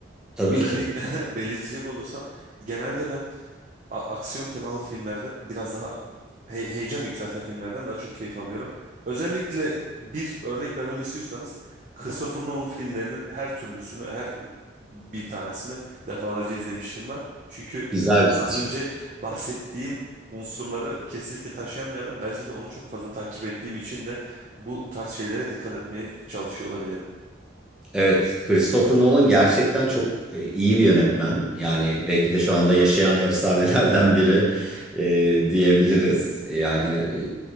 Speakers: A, in the centre; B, on the right.
A: Tabii
B: Özellikle
A: ki.
B: <laughs> belirtecek olursam genelde ben a- aksiyon temalı filmlerde biraz daha he- heyecan yükselten filmlerden daha çok keyif alıyorum. Özellikle bir örnek vermemi istiyorsanız Christopher Nolan filmlerinin her türlüsünü, her bir tanesini defalarca izlemişim var. Çünkü
A: Güzel bir seçim.
B: az önce bahsettiğim unsurları kesinlikle taşıyan bir adam. Belki de onu çok fazla takip ettiğim için de bu tarz şeylere dikkat etmeye çalışıyor olabilirim.
A: Evet, Christopher Nolan gerçekten çok e, iyi bir yönetmen. Yani belki de şu anda yaşayan <laughs> efsanelerden biri e, diyebiliriz. Yani